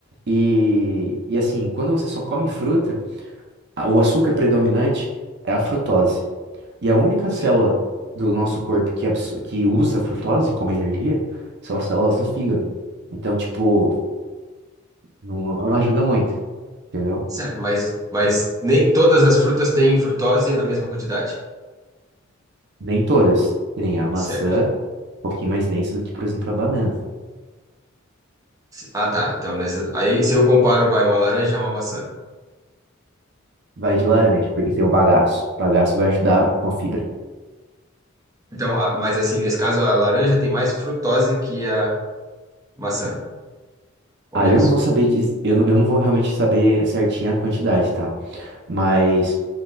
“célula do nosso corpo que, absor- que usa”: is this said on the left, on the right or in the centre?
Right